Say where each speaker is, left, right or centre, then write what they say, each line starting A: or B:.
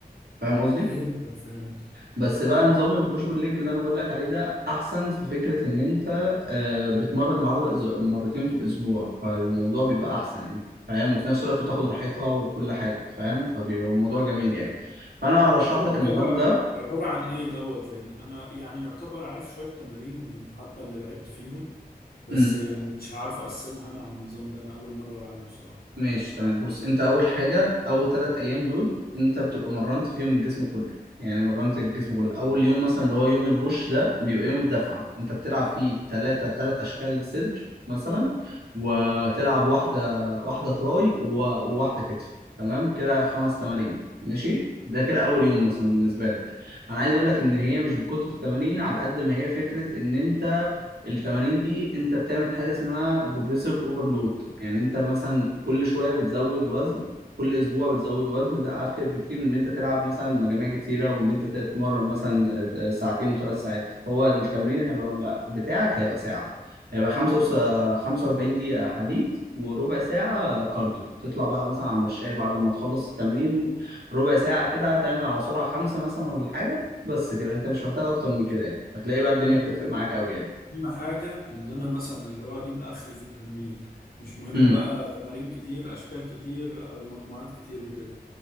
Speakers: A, on the right; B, on the left.
A: فاهم قصدي
B: فهمتك فهمت
A: بس بقى نظام البوش بول ليج اللي انا بقول لك عليه ده احسن في فكره ان انت آه، بتمرن العضله إز- مرتين في الاسبوع فالموضوع بيبقى احسن يعني فاهم وفي نفس الوقت بتاخد راحتها وكل حاجه فاهم فبيبقى الموضوع جميل يعني فانا ارشح
B: العبارة
A: لك النظام ده
B: عبارة عن إيه دوت لأن أنا يعني يعتبر عارف شوية تمارين من الحبة اللي لعبت فيهم بس
A: مم.
B: يعني مش هعرف أقسمها أنا على النظام ده أنا أول مرة ألعبه بصراحة
A: ماشي تمام بص انت اول حاجه اول ثلاث ايام دول انت بتبقى مرنت فيهم الجسم كله يعني مرنت الجسم كله اول يوم مثلا اللي هو يوم البوش ده بيبقى يوم الدفعه انت بتلعب فيه ثلاثه ثلاث اشكال صدر مثلا وتلعب
B: مم.
A: واحده واحده تراي و- وواحده كتف تمام كده خمس تمارين ماشي ده كده اول يوم مثلا بالنسبه لك انا عايز اقول لك ان هي مش بكتر التمارين على قد ما هي فكره ان انت التمارين دي انت بتعمل حاجه اسمها بروجريسيف اوفرلود يعني انت مثلا كل شويه بتزود وزن كل اسبوع بتزود وزن ده افيد بكتير من ان انت تلعب مثلا مجاميع كتيره وان انت تتمرن مثلا آه، آه، ساعتين وثلاث ساعات هو التمرين هيبقى بتاعك هيبقى ساعه هيبقى خمسة وس... 45 دقيقة حديد وربع ساعة كارديو تطلع بقى مثلا على المشاية بعد ما تخلص التمرين ربع ساعة كده هتعمل على سرعة خمسة مثلا ولا حاجة بس كده انت مش محتاج اكتر من كده يعني هتلاقي بقى الدنيا
B: أنا
A: بتفرق معاك قوي يعني
B: أهم حاجة إن أنا مثلا اللي هو أجيب آخري في التمرين مش مهم
A: امم
B: بقى تمارين كتير أشكال كتير أو مجموعات كتير وكده